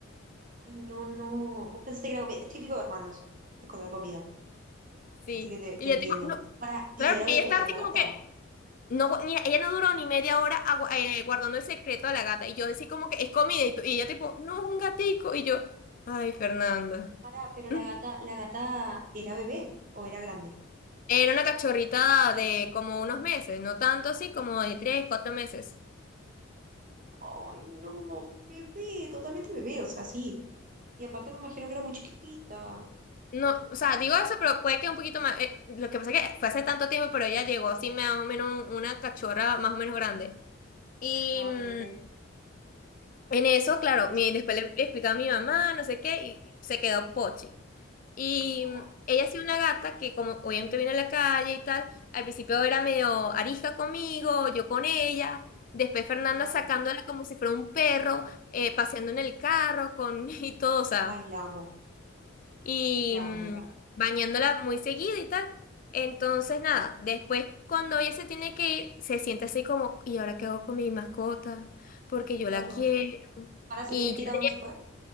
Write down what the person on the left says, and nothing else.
Sí.
Y
yo, tipo, no.
Claro,
porque
ella estaba así
como
que, no, ni- ella no duró ni media hora agu- eh, guardando el secreto de la gata. Y yo, así como que, es comida. Y, tú- y ella, tipo, no, es un gatico. Y yo, ay, Fernanda.
<laughs>
Era una cachorrita de como unos meses, no tanto así, como de tres, cuatro meses.
No, o sea, digo eso, pero puede que un poquito más. eh, lo que pasa es que fue hace tanto tiempo, pero ella llegó así más o menos una cachorra más o menos grande. Y
mm,
en eso, claro,
mi, después le, le explicaba a mi mamá, no sé qué, y se quedó Pochi. Y mm,
ella ha sido una gata que como obviamente viene a la calle y tal, al principio era medio arisca conmigo, yo con ella, después Fernanda
sacándola como si fuera un perro, eh, paseando en el carro con <laughs> y todo, o sea,
y
mm,
bañándola muy seguido y tal. Entonces, nada, después cuando ella se tiene que ir, se siente así como, ¿y ahora qué hago con mi mascota? Porque yo
la quiero.
Y
ya
tenía...